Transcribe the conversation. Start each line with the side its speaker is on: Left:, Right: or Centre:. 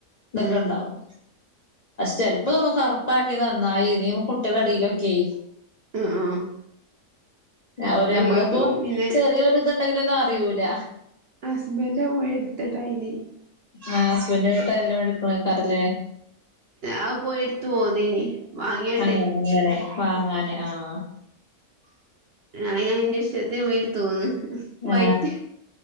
Left: ഇതൊക്കെ
Right: ആഹ്
Left: ഉണ്ടാവും. ചെലപ്പോ തോന്നും കറുപ്പാക്കിയതന്നായി നീ കുട്ടികള ഇടയിലൊക്കെ.
Right: ഉം ആഹ്
Left: ഒരമ്മളിപ്പോ
Right: ഞങ്ങൾതും പിന്നെ
Left: ചെറിയോര് ഇതുണ്ടെങ്കിലൊന്ന് അറിയൂല
Right: ഹസ്ബന്റാ പോയി എടുത്തെ ടൈല്
Left: ആ ഹസ്ബൻഡട്ട എല്ലാം എടുക്കണക്കാറല്ലേ?
Right: ആ പോയി എടുത്തു പോന്നീനി. വാങ്ങിയാട്ടെ
Left: അങ്ങനെ വാങ്ങാന് ആഹ്
Right: ആഹ് ഞാൻ എന്റെ ഇഷ്ടത്തിന് പോയി എട്ത് പോന്ന് വൈറ്റ്.
Left: ആ